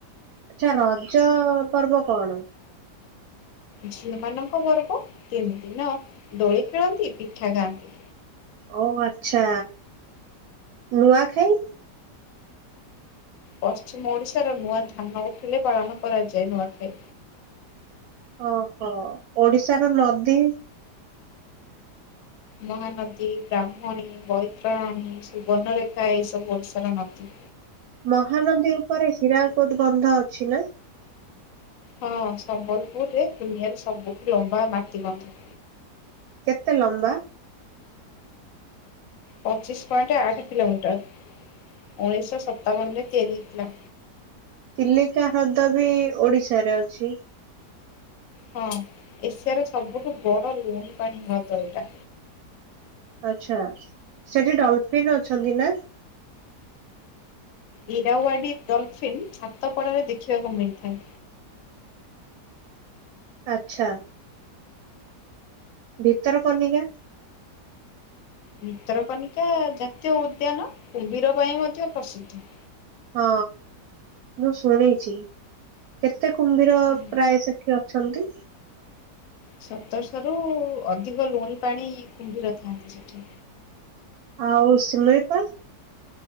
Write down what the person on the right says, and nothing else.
ଆଛା ରଜ ପର୍ବ କଣ?
ଓ ଆଚ୍ଛା ନୂଆ ଖାଇ?
ଓହୋ ଓଡିଶାର ନଦୀ?
ମହାନଦୀ ଉପରେ ହୀରା କୋଦ ବନ୍ଧ ଅଛି ନା?
କେତେ ଲମ୍ବା?
ଚିଲିକା ହ୍ରଦ ବି ଓଡିଶାରେ ଅଛି?
ଆଛା ସେଠି ଡଲଫିିନ ଅଛନ୍ତି ନା?
ଆଚ୍ଛା। ଭିତର କନିକା।
ହଁ ମୁଁ ଶୁଣିଛି କେ ଏତେ କୁମ୍ଭୀର
ପ୍ରାୟ ସେଠି ଅଛନ୍ତି?
ଆଉ ସିମିଳିପାଳ?